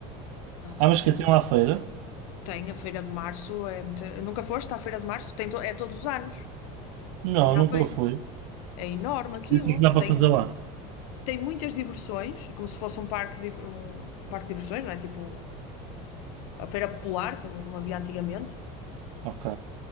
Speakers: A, on the left; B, on the right.
A: Então,
B: Ah, mas
A: eh,
B: que tem lá a feira?
A: tem a Feira de Março, é muito... eh, Nunca foste à Feira de Março? Tem to- É todos os anos,
B: Não,
A: em Aveiro.
B: nunca fui.
A: É enorme aquilo.
B: E o que é que dá para
A: Tem,
B: fazer lá?
A: tem muitas diversões, é como se fosse um parque de, um parque de diversões, não é? Tipo a Feira Popular, como como havia antigamente.
B: Ok.